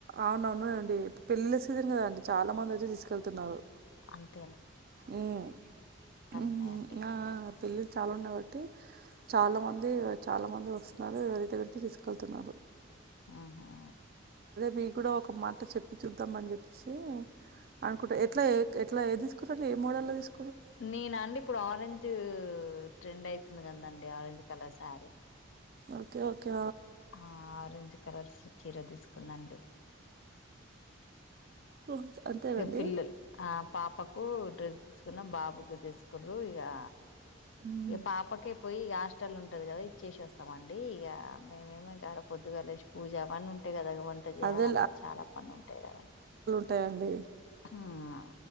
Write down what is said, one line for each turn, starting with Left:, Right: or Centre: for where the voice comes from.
Right: అవున అవును అండి పెళ్లిళ్ల సీజన్ కదా అండి. చాలా మంది వచ్చి తీసుకెళ్తున్నారు.
Left: అ
Right: ఉమ్ ఉహు
Left: ఉన్నాయండి
Right: ఆ ఆ పెళ్ళిలు చాలా ఉన్నాయి. కాబట్టి చాలా మంది చాలా మంది వస్తున్నారు. వేరిటి వెళ్తున్నారు.
Left: ఉంహా
Right: మీకు ఒక మాట చెప్పి చూద్దాంని చెప్పేసి అనుకుంట ఎట్లా ఎట్లా ఏ మోడల్ తీసు
Left: నేన అండి ఇప్పుడు ఆరెంజ్ ట్రెండ్ అయితుంది కందండి orange colour sari
Right: okay okay
Left: ఆ ఆరెంజ్ కలర్స్ చీర తీసుకున్నాండి.
Right: ఓ అంతేనండి
Left: ఈ పిల్లలు ఆ పాపకు డ్రెస్ తీసుకున్న బాబుకు తీసుకురు ఇగా
Right: మ్మ్.
Left: ఇగ పాపక పోయి హాస్టల్ ఉంటది కదా ఇచ్చేసి వస్తామండి ఇగా మేమేమి గర పొద్దుగాల లేసి పూజా అవ్వని ఉంటేయి కదా. వంట చేయాల
Right: అదే
Left: అంత చాలా పని ఉంటాయి కదా.
Right: యి అండి.
Left: ఉమ్